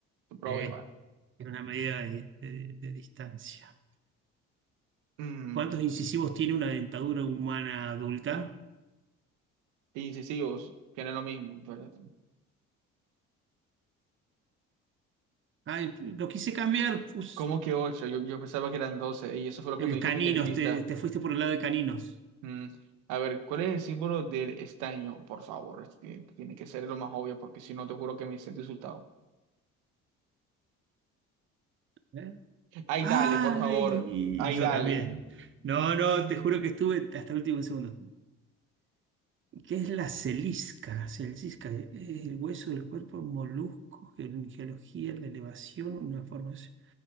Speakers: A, on the right; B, on the right.
A: Pero
B: Sí.
A: obvio, va.
B: Es una medida de, de- de distancia.
A: Mm,
B: ¿Cuántos incisivos tiene una dentadura humana adulta?
A: incisivos, que no es lo mismo. pero-
B: Ay, lo quise cambiar, pues.
A: ¿Cómo que ocho? Yo, yo pensaba que eran 12 y eso fue lo
B: El
A: que me dijo
B: caninos,
A: mi dentista.
B: te, te fuiste por el lado de caninos.
A: Mm, a ver, ¿cuál es el símbolo del estaño? Por favor, esto tiene, tiene que ser lo más obvio porque si no te juro que me siento insultado.
B: ¿eh?
A: Ay,
B: Ay,
A: dale, por favor.
B: y
A: Ay,
B: yo
A: dale.
B: también. No, no, te juro que estuve hasta el último segundo. ¿Qué es la celisca? Celisca eh, es el hueso del cuerpo, un molusco, ge- geología, la elevación, una forma, es